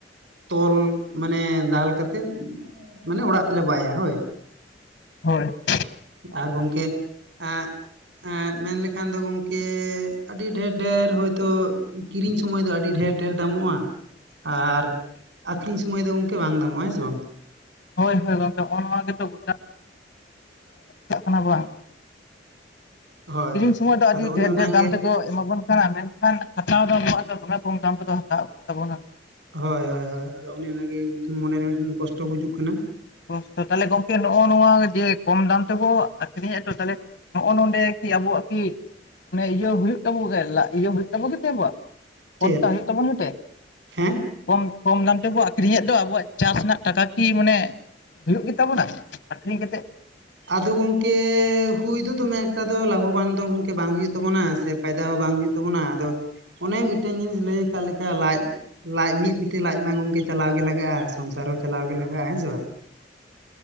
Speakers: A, on the right; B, on the left.
A: ᱛᱚᱞ ᱢᱟᱱᱮ ᱫᱟᱞ ᱢᱟᱱᱮ ᱠᱟᱛᱮᱫ ᱢᱟᱱᱮ ᱚᱲᱟᱜ ᱛᱮᱞᱮ ᱵᱟᱭᱟ ᱦᱳᱭ ᱾
B: ᱦᱳᱭ ᱾
A: ᱟᱨ ᱜᱚᱢᱠᱮ ᱮᱜ ᱮᱜ ᱢᱮᱱ ᱞᱠᱷᱟᱱ ᱫᱚ ᱜᱚᱝᱠᱮ ᱟᱹᱰᱤ ᱰᱷᱮᱨ ᱰᱷᱮᱨ, ᱦᱳᱭ ᱛᱚ ᱠᱤᱨᱤᱧ ᱥᱚᱢᱚᱭ ᱫᱚ ᱟᱹᱰᱤ ᱰᱷᱮᱨ ᱰᱷᱮᱨ ᱫᱟᱢᱚᱜ-ᱟ ᱾ ᱟᱨ ᱟᱠᱷᱨᱤᱧ ᱥᱚᱢᱚᱭ ᱫᱚ ᱜᱚᱢᱠᱮ ᱵᱟᱝ ᱫᱟᱢᱚᱜ-ᱟ ᱦᱮᱸ ᱥᱮ ᱵᱟᱝ ᱾
B: ᱦᱳᱭ ᱦᱳᱭ ᱜᱚᱝᱠᱮ, ᱱᱚᱜᱼᱚ ᱱᱚᱣᱟ ᱜᱮᱛᱚ ᱜᱚᱴᱟ ᱪᱟᱜ ᱠᱟᱱᱟ ᱵᱟᱝ ᱾
A: ᱦᱳᱭ
B: ᱠᱤᱨᱤᱧ ᱥᱚᱢᱚᱭ ᱫᱚ ᱟᱹᱰᱤ
A: ᱟᱫᱚ ᱚᱱᱮ
B: ᱰᱷᱮᱨ
A: ᱚᱱᱟᱜᱮ
B: ᱰᱷᱮᱨ ᱫᱟᱢ ᱛᱮ ᱠᱚ ᱮᱢᱟᱵᱚᱱ ᱠᱟᱱᱟ ᱢᱮᱱᱠᱷᱟᱱ ᱦᱟᱛᱟᱣ ᱫᱚ ᱟᱵᱚᱣᱟᱜ ᱫᱚ ᱫᱚᱢᱮ ᱠᱚᱢ ᱫᱟᱢ ᱛᱮᱠᱚ ᱦᱟᱛᱟᱣᱮᱫ ᱛᱟᱵᱚᱱᱟ ᱾
A: ᱦᱳᱭ ᱦᱳᱭ ᱦᱳᱭ, ᱟᱫᱚ ᱚᱱᱮ ᱚᱱᱟ ᱜᱮ ᱢᱚᱱᱮ ᱨᱮ ᱢᱤᱫᱴᱮᱱ ᱠᱚᱥᱴᱚ ᱵᱩᱡᱩᱜ ᱠᱟᱱᱟ ᱾
B: ᱠᱚᱥᱴᱚ, ᱛᱟᱦᱞᱮ ᱜᱚᱝᱠᱮ ᱱᱚᱜ-ᱚ ᱱᱚᱣᱟ ᱡᱮ ᱠᱚᱢ ᱫᱟᱢ ᱛᱮᱵᱚ ᱟᱠᱷᱨᱤᱧ ᱮᱫ ᱫᱚ ᱛᱟᱦᱚᱞᱮ ᱱᱚᱜ-ᱚᱭ ᱱᱚᱰᱮ ᱠᱤ ᱟᱵᱚᱣᱟᱜ ᱠᱤ ᱚᱱᱮ ᱤᱭᱟᱹ ᱦᱩᱭᱩᱜ ᱛᱟᱵᱩ ᱞᱟᱡ ᱤᱭᱟᱹ ᱦᱩᱭᱩᱜ ᱛᱟᱵᱚ ᱜᱮ ᱟᱵᱚᱣᱟᱜ ᱾
A: ᱪᱮᱫ
B: ᱯᱚᱲᱛᱟ ᱦᱩᱭᱩᱜ ᱛᱟᱵᱚᱱ ᱜᱮᱛᱮ?
A: ᱦᱮᱸ
B: ᱠᱚᱢ ᱠᱚᱢ ᱫᱟᱢ ᱛᱮᱵᱚ ᱟᱠᱷᱨᱤᱧᱮᱫ ᱫᱚ, ᱟᱵᱚᱣᱟᱜ ᱪᱟᱥ ᱨᱮᱱᱟᱜ ᱴᱟᱠᱟ ᱠᱤ ᱢᱟᱱᱮ ᱦᱩᱭᱩᱜ ᱜᱮ ᱛᱟᱵᱚᱱᱟ ᱟᱠᱷᱨᱤᱧ ᱠᱟᱛᱮᱫ?
A: ᱟᱫᱚ ᱜᱚᱢᱠᱮ ᱦᱩᱭ ᱫᱚ ᱫᱚᱢᱮ ᱮᱠᱴᱟ ᱫᱚ ᱞᱟᱵᱷᱚᱵᱟᱱ ᱫᱚ ᱜᱚᱢᱠᱮ ᱵᱟᱝ ᱦᱩᱭᱩᱜ ᱛᱟᱵᱚᱱᱟ ᱥᱮ ᱯᱷᱟᱭᱫᱟ ᱦᱚᱸ ᱵᱟᱝ ᱦᱩᱭᱩᱜ ᱛᱟᱵᱚᱱᱟ ᱾ ᱟᱫᱚ ᱚᱱᱮ ᱢᱤᱫᱴᱮᱱ ᱡᱤᱱᱤᱥ ᱞᱟᱹᱭ ᱟᱠᱟᱫ ᱞᱮᱠᱟ ᱞᱟᱡ ᱞᱟᱡ ᱢᱤᱫ ᱵᱤᱛᱮ ᱞᱟᱡ ᱢᱟ ᱜᱚᱝᱠᱮ ᱪᱟᱞᱟᱣ ᱜᱮ ᱥᱚᱝᱥᱟᱨ ᱦᱚᱸ ᱪᱟᱞᱟᱣ ᱜᱮ ᱞᱟᱜᱟᱜᱼᱟ ᱦᱮᱸᱥᱮ ᱵᱟᱝ